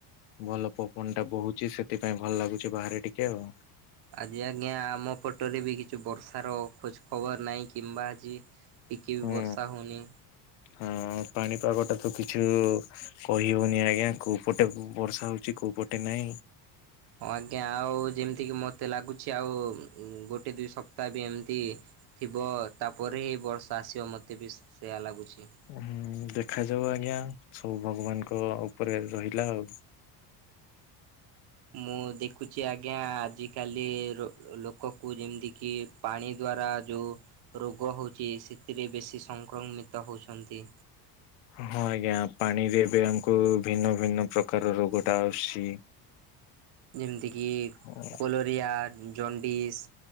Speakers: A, on the left (about 80°); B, on the right (about 50°).
A: ଭଲ ପବନଟା ବୋହୁଛି ସେଥିପାଇଁ ଭଲ ଲାଗୁଛି ବାହାରେ ଟିକେ ଆଉ
B: ଆଜି ଆଜ୍ଞା ଆମ ପଟରେ ବି କିଛି ବର୍ଷାର ଖୋଜ ଖବର ନାହିଁ କିମ୍ବା ଆଜି ଟିକି ବି
A: ହୁଁ
B: ବର୍ଷା ହଉନି।
A: ହଁ ପାଣିପାଗଟା ତ କିଛୁ କହି ହଉନି ଆଜ୍ଞା କୋଉ ପଟେ ବର୍ଷା ହଉଛି କୋଉ ପଟେ ନାହିଁ।
B: ହଁ ଆଜ୍ଞା ଆଉ ଯେମିତି କି ମତେ ଲାଗୁଛି ଆଉ ଗୋଟେ ଦିଇ ସପ୍ତାହ ବି ଏମିତି ଥିବ ତାପରେ ହି ବର୍ଷା ଆସିବ ମୋତେ ବି ସେୟା ଲାଗୁଛି।
A: ହୁଁ ଦେଖାଯାଉ ଆଜ୍ଞା ସବୁ ଭଗବାନଙ୍କ ଉପରେ ରହିଲା ଆଉ।
B: ମୁଁ ଦେଖୁଛି ଆଜ୍ଞା ଆଜିକାଲି ଲୋ-ଲୋକକୁ ଯେମିତି କିି ପାଣି ଦ୍ଵାରା ଯୋଉ ରୋଗ ହୋଉଛି ସେଥିରେ ବେଶୀ ସଂକ୍ରମିତ ହେଉଛନ୍ତି।
A: ହଁ ଆଜ୍ଞା ପାଣିରେ ଏବେ ଆମକୁ ଭିନ୍ନ ଭିନ୍ନ ପ୍ରକାର ରୋଗ ଟା ଆସୁଛି।
B: ଯେମିତିକି
A: ହଁ
B: କୋଲୋରିଆ ଜଣ୍ଡିସ୍